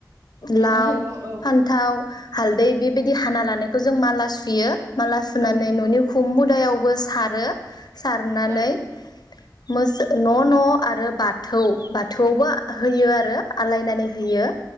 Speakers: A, on the right; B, on the left.
A: मैगं-थाइगं
B: लाव फान्थाव हालदै बेबायदि हाना लानायखौ जों माला सुयो। माला सुनानै
A: औ नंगौ
B: न'नि उखुम मुदायाव बो सारो सारनानै
A: औ
B: मोस न' न' आरो बाथौ बाथौआवबो होयो आरो आलायनानै होयो।